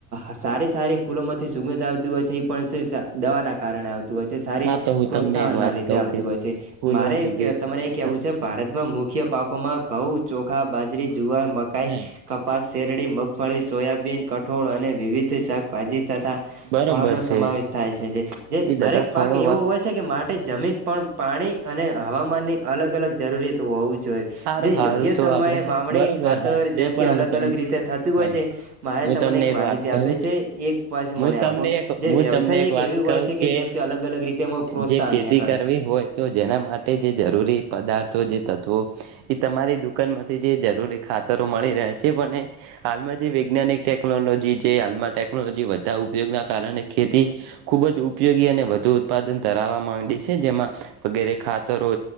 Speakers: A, on the right; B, on the right.
A: સારી સારી ફૂલો માંથી સૂંઘથ આવતી હોય છે. એ પણ દવા ના કારણે આવતી હોય. સારી
B: હા તો હું
A: પ્રોત્સાહન
B: તમને એક
A: ના
B: વાત
A: લીધે
B: કહું
A: આવતું
B: કે
A: હોય છે.
B: ફૂલોની
A: મારે તમારે
B: જે ખેતી
A: એ કેહેવું
B: કરું
A: છે. ભારતમાં
B: છું
A: મુખ્ય મુખ્ય પાકોમાં ઘઉ ચોખા બાજરી, જુવાર, મકાઈ,
B: હા
A: કપાસ, શેરડી, મગફળી, સોયાબીન કટ ઠોળ અને વિવિધ શાકભાજી તથા
B: બરોબર
A: ફળોનો સમાવેશ
B: છે
A: થાય છે. જે
B: એ
A: દરેક
B: બધા ફળો
A: પાક એવું
B: વાત
A: હોય છે. કે મા માટે જમીન પણ પાણી અને હવામાનની અલગ-અલગ જરૂરિયાત હોવું જોઈએ.
B: સારું
A: જે
B: સારું
A: યોગ્ય
B: તો
A: સમયે
B: આપડે
A: વાવણી
B: બરોબરત
A: ખાતર
B: છે.
A: જેમ
B: પણ
A: કે અલગ
B: હું તમને
A: અલગ રીતે થતું હોય
B: હા
A: છે મારે
B: હું તમને એક
A: માહિતી
B: વાત કહું.
A: આપે છે એક પછી
B: હું
A: મને
B: તમને
A: આપો
B: એક
A: જે
B: હું
A: વ્યવસાય
B: તમને એક વાત
A: એવી
B: કવું
A: હોય છે
B: કે
A: જેમ અલગ અલગ રીતે એમાં પ્રોત્સાહન
B: જે ખેતી
A: નીકળે
B: કરવી હોય. તો જેના માટે જે જરૂરી પદાર્થો જે તત્ત્વો એ તમારી દુકાન માંથી જે જરૂરી ખાતરો મળી રહ્યા છે. પણ હાલમાં જે વૈજ્ઞાનિક ટેકનોલોજી જે હાલમાં ટેકનોલોજી બધા ઉપયોગના કારણે ખેતી ખૂબ જ ઉપયોગી અને વધુ ઉત્પાદન ધરાવા માંડી છે. જેમાં વગેરે ખાતરો